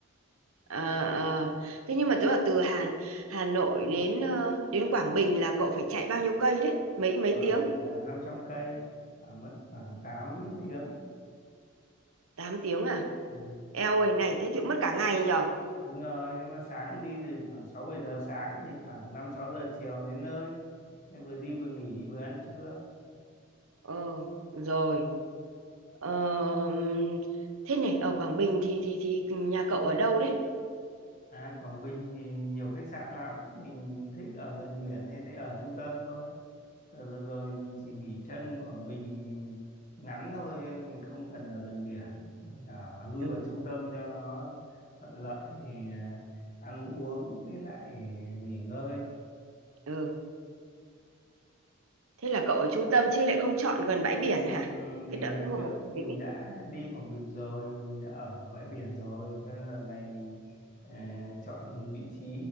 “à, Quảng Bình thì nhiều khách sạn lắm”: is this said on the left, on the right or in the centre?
Left